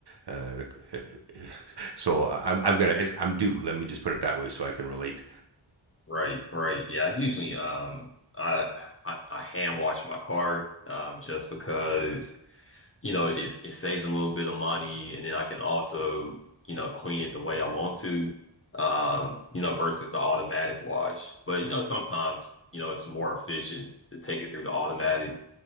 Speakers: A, on the right (about 55°); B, on the left (about 30°).
A: uh, the, <laughs> so I'm I'm gonna it's, I'm due. Let me just put it that way, so I can relate.
B: Right, right. Yeah, I usually um I I, I hand wash my car um just because you know it's it saves a little bit of money and then I can also you know clean it the way I want to um you know versus the automatic wash. But you know sometimes you know it's more efficient to take it through the automatic